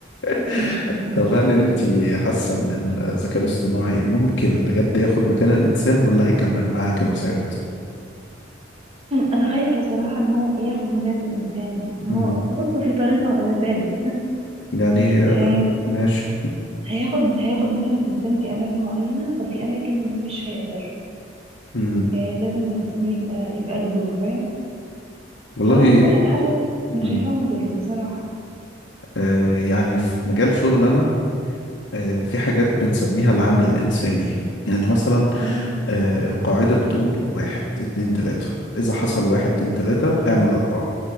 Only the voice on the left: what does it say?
<laughs>
طب
هل
انت حاسة ان الذكاء الاصطناعي ممكن بجد ياخد مكان الانسان ولا هيكمل معاه كمساعد؟
امم
يعني
ماشي
امم
والله
امم
آه يعني في مجال شغل انا آه في حاجات بنسميها العامل الانساني يعني مثلا
آه القاعدة بتقول واحد اتنين تلاتة إذا حصل واحد اتنين تلاتة اعمل أربعة